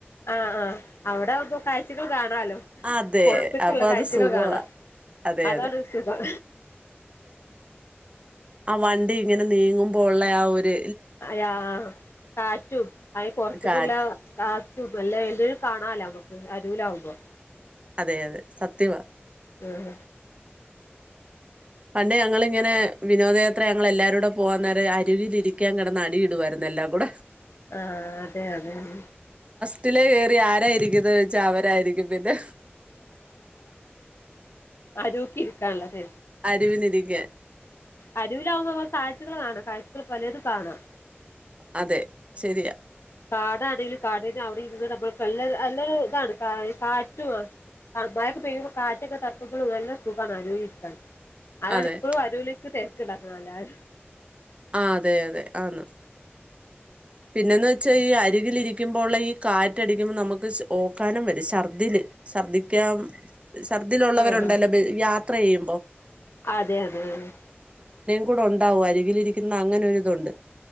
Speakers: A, on the left; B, on the right.
A: ആഹ് ആഹ് അവിടെ ആവുമ്പോൾ കാഴ്ചകൾ കാണാലോ
B: അതെ
A: പൊറത്തെക്കെയുള്ള
B: അപ്പൊ
A: കാഴ്ചകൾ
B: അത് സുഖവാ
A: കാണാം
B: അതെ
A: അതാണ്
B: അതെ
A: സുഖം
B: ആഹ് വണ്ടി ഇങ്ങനെ നീങ്ങുമ്പോൾ ഉള്ള ആ ഒര്
A: അയ ആഹാ കാറ്റും അയി പൊറത്തിക്കുള്ള
B: കാറ്റ്
A: ആ കാ റ്റും എല്ലാം ഒരു കാണാല്ലോ നമ്മക്ക് അരുവില് ആവുമ്പം
B: അതെ അതെ സത്യവാ
A: ഉം
B: പണ്ട് ഞങ്ങളിങ്ങനെ വിനോദയാത്ര ഞങ്ങൾ എല്ലാരൂടെ പോവാന്നേരം അരുവിലിരിക്കാൻ കിടന്ന് അടിയിടുവായിരുന്ന് എല്ലാം കൂടെ
A: ആഹ് അതെ അതെ ഉം
B: ഫസ്റ്റിലേ കേറി ആരായിരിക്കുന്നേന്ന് വെച്ചാൽ അവരായിരിക്കും പിന്നെ
A: അരുവിക്ക് ഇരിക്കാനുള്ളത്
B: അരുവിനിരിക്കാൻ
A: അരുവിലാവുമ്പം അപ്പം കാഴ്ചകള് കാണാം കാഴ്ചകള് പലതും കാണാം
B: അതെ ശരിയാ
A: കാടാണേലും കാടിന്റെ അവിടെ ഇരുന്ന് നമ്മൾക്ക് നല്ലൊരു നല്ലൊരു ഇതാണ് ഈ കാറ്റു ആഹ് മഴയൊക്കെ പെയ്യുമ്പോ കാറ്റൊക്കെ തട്ടുമ്പളും നല്ല സുഖമാണ് അരുവി ഇരിക്കാന് അതാണ്
B: അതെ
A: ഇപ്പോഴും അരൂലേക്ക് തിരക്ക് ഉണ്ടാക്കുന്നെ എല്ലാരും
B: ആ അതെ അതെ ആന്ന് പിന്നെന്ന് വെച്ചാ ഈ അരികിലിരിക്കുമ്പോള്ള ഈ കാറ്റടിക്കുമ്പം നമുക്ക് ശാ ഓക്കാനം വരും ഛർദ്ദില് ഛർദ്ദിക്കാം ഛർദിലുള്ളവരുണ്ടല്ലോ
A: ആഹ്
B: യാത്ര ചെയ്യും
A: അതെ അതെ അതെ
B: കൂടുണ്ടാവും അരികിലിരിക്കുന്ന അങ്ങനെ ഒരിതുണ്ട്